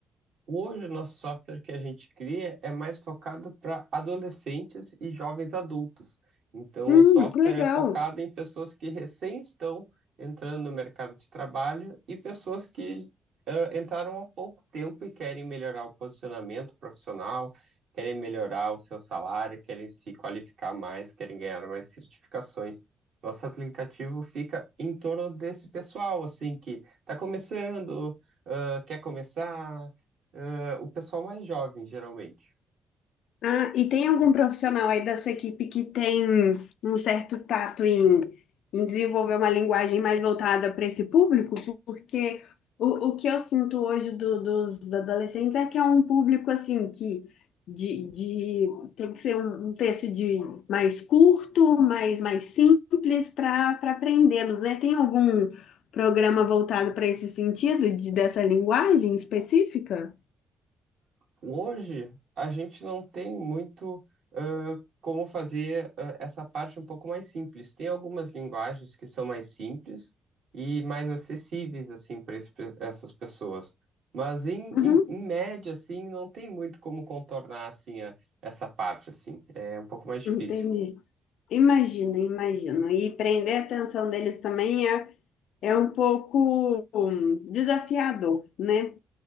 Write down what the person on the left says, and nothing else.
Hum,
que legal.
Ah, e tem algum profissional aí da sua equipe que tem um certo tato em, em desenvolver uma linguagem mais voltada para esse público? Porque o, o que eu sinto hoje do- dos adolescentes é que é um público assim que de, de- tem que ser um, um texto de mais curto, mais, mais simples para para aprendê-los, né? Tem algum programa voltado para esse sentido de, dessa linguagem específica?
Uhum,
entendi. Imagino, imagino. E prender a atenção deles também é, é um pouco hum, desafiador, né?